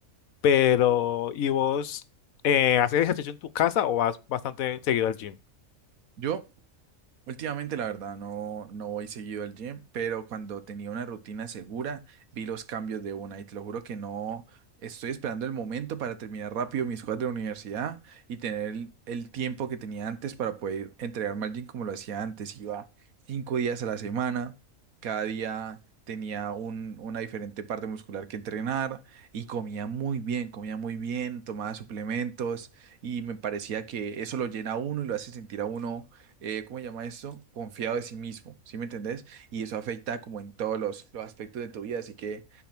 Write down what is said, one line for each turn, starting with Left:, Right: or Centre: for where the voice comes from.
Left: Pero, ¿y vos eh, haces ejercicio en tu casa o vas bastante seguido al gym?
Right: Yo Últimamente, la verdad, no, no voy seguido al gym, pero cuando tenía una rutina segura, vi los cambios de una y te lo juro que no estoy esperando el momento para terminar rápido mis cosas de la universidad y tener el, el tiempo que tenía antes para poder entregarme al gym como lo hacía antes. Iba cinco días a la semana, cada día tenía un, una diferente parte muscular que entrenar y comía muy bien, comía muy bien, tomaba suplementos y me parecía que eso lo llena a uno y lo hace sentir a uno eh, ¿cómo se llama esto? Confiado de sí mismo, ¿sí me entendés? Y eso afecta como en todos los, los aspectos de tu vida, así que